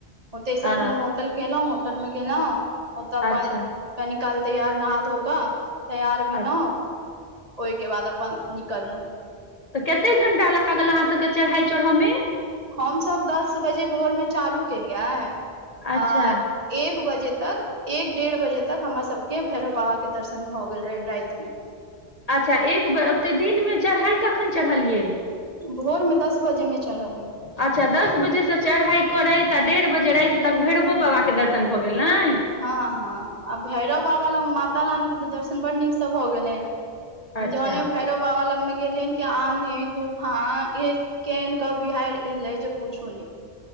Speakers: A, on the right; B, on the left.
A: ओते से
B: आ
A: कोनो हो होटल केलौ होटल में गेलौ ओत अपन
B: अच्छा
A: कनि काल तैयार नहा धो कऽ तैयार
B: अच्छा
A: भेलौ <inaudible> ओइकेँ बाद अपन निकललु
B: तऽ कते घंटा लागल अहाँ सब केँ चढ़ाइ चढ़य में
A: हम सभ दस बजे भोर में चालू केलियै <inaudible>
B: अच्छा
A: आर एक बजे तक एक डेढ़ बजे तक हमर सब केँ भैरव बाबा कऽ दर्शन भए गेल रहे राइत में
B: अच्छा एक बेर ओते दिन में चढ़ाइ कखन चढ़लियै
A: भोर में दस बजे में चढ़लियै
B: अच्छा दस बजे से चढ़ाइ करैत आ डेढ़ बजे राइत तक भैरवो बाबा कऽ दर्शन भऽ गेल नै
A: हँ हँ आ भैरव बाबा लग माता रानी कऽ तऽ दर्शन बड नीक से भऽ गेलैन
B: अच्छा
A: जान भैरव बाबा लगमे गेलिय कि आंधी तूफान ऐत केन कऽ बिहाइर एले जे पूछू नै